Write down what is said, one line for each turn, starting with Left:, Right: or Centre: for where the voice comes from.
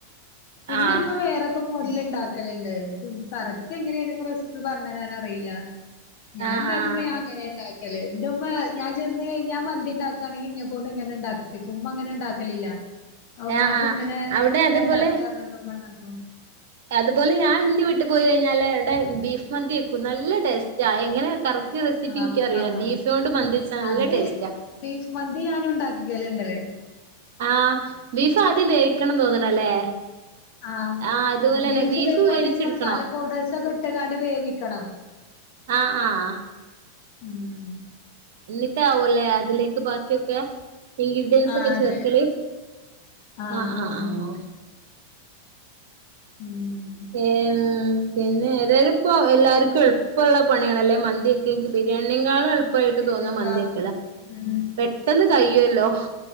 Left: ഇന്റെ
Right: ആഹ്
Left: ഉമ്മ വേറെ തന്നെ മോഡൽ ഉണ്ടാക്കലുണ്ട്. പക്ഷെ ഇനിക്ക് കറക്റ്റ് എങ്ങനെയാണ്ന്ന് റെസിപ്പി പറഞ്ഞരാൻ അറിയില്ല ഞാൻ
Right: ആഹ്
Left: ഉണ്ടാക്കുമ്പോ
Right: ആഹ്
Left: ഞാൻ അങ്ങനെ ഉണ്ടാക്കല് എന്റുമ്മ ഞാൻ ചെന്ന് കഴിഞ്ഞാ മന്തി ഇണ്ടാ ണെങ്കിൽ ഇന്നെ കൊണ്ട് ഇങ്ങന ഉണ്ടാക്കിപ്പിക്കും. ഉമ്മ അങ്ങനെ ഉണ്ടാക്കലില്ല ഉമ്മാക്ക്
Right: ആഹ് ആഹ്
Left: ഇങ്ങനെ
Right: അവിടെ
Left: ഇങ്ങനെണ്ടാക്കാ
Right: അതുപോലെ
Left: പറഞ്ഞാണ്ട് ഉമ്മ ഉണ്ടാകും
Right: അതുപോലെ ഞാൻ ഇന്റെ വീട്ടു പോയി കഴിഞ്ഞാല് അവിടെ ബീഫ് മന്തി വെക്കും നല്ല ടേസ്റ്റാ ആ എങ്ങനെയ കറക് റ്റ് റെസിപ്പി
Left: ആഹ്
Right: എനിക്കറിയില്ല
Left: ആഹ്
Right: ബീഫ് കൊണ്ട് മന്തിച്ചാ നല്ല
Left: അത്
Right: ടേസ്റ്റാ
Left: ബീഫ് മന്തി ഞാനും ഉണ്ടാക്കികല് ഇണ്ടല്
Right: ആഹ ബീഫ് ആദ്യം വേവിക്കണം തോന്നണല്ലേ
Left: ആ
Right: ആഹ് അതുപോലെന്നെ
Left: ബീഫ് ഇതേപോലെ
Right: വേവിച്ചെടുക്കണോ
Left: മസാല പൗഡേർഴ്സ് ഒക്കെ ഇട്ട് ങ്ങാണ്ട് വേവിക്കണം
Right: ആഹ് ആഹ
Left: ഉം
Right: എന്നിട്ടാവുല്ലേ അതിലേക്ക് ബാക്കിയൊക്കെ ഇൻഗ്രിഡിയൻസ്
Left: ആഹ്
Right: ഒക്കെ
Left: അതെ
Right: ചേർക്കല്
Left: ആഹ്
Right: ആഹാ
Left: ആഹ്
Right: ആഹാ ആഹാ
Left: ഉം
Right: ഏഹ് പിന്നെ ഏതായാലും ഇപ്പോ എല്ലാവർക്കും എളുപ്പമുള്ള പണിയണല്ലേ മന്തി വെക്കാ എക്ക് ബിരിയാണിയിനെ കാലും എളുപ്പം ഇപ്പളുപ്പായിട്ട്
Left: പിന്നെന്താ
Right: തോന്ന മന്തിയക്കെല്ല പെ
Left: ഉം
Right: പെട്ടെന്ന് കഴിയുവല്ലോ